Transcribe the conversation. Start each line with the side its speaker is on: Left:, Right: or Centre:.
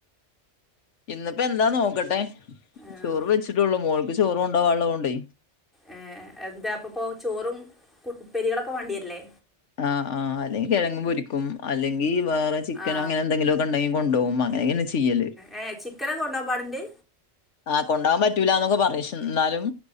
Left: ഇന്നിപ്പ എന്താ നോക്കട്ടെ
Centre: ആഹ്
Left: ചോറ് വെച്ചിട്ടുള്ളൂ മോൾക്ക് ചോറു കൊണ്ടോവാലോണ്ടെ
Centre: ഏഹ് എന്താ അപ്പപ്പോ ചോറും കു ഉപ്പേരിയോളൊക്കെ വേണ്ടിവരില്ലേ.
Left: ആഹ് ആഹ് അല്ലെങ്കിൽ കിഴങ്ങു പൊരിക്കും അല്ലെങ്കിൽ വേറെ ചിക്കനോ
Centre: ആ
Left: അങ്ങനെ എന്തെങ്കിലു ഒക്കെ ഇണ്ടെങ്കി കൊണ്ടോവും. എങ്ങനെ ചെയ്യല്.
Centre: ഏഹ് ചിക്കന് ഒക്കെ കൊണ്ടോവാൻ പാടിണ്ട്.
Left: ആഹ് കൊണ്ടാകാൻ പറ്റൂല എന്നൊക്കെ പറഞ്ഞ് ശ് ന്നാലും.